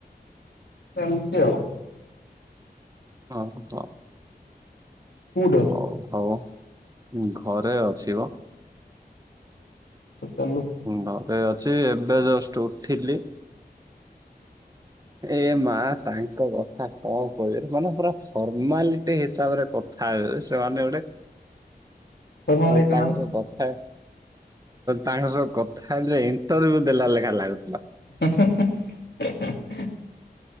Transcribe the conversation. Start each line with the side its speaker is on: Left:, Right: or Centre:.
Left: ଚାଲିଚି ଆଉ।
Right: ହଉ ହଁ।
Left: କୋଉଠି ଅଛୁ
Right: ହଉ ହଉ ଘରେ ଅଛିବ।
Left: ଚାଲୁ
Right: ଘରେ ଅଛି ଏବେ ଜଷ୍ଟ ଉଠିଲି। ଏ ମା ତାଙ୍କ କ ଥା କଣ କହିବେ ମାନେ ପୁରା ଫର୍ମାଲିଟି ହିସାବରେ କଥା ହେବେ। ସେମାନେ ଗୋଟେ।
Left: ଫର୍ମାଲିଟି
Right: ହଁ ତାଙ୍କ
Left: ମାନେ
Right: ର କଥା ତାଙ୍କ ସହ କଥା ହେଲେ ଇଣ୍ଟରଭି୍ୟୁ ଦେଲା ଲେଖା ଲାଗୁ
Left: ହୁଁ ହୁଁ ହୁଁ।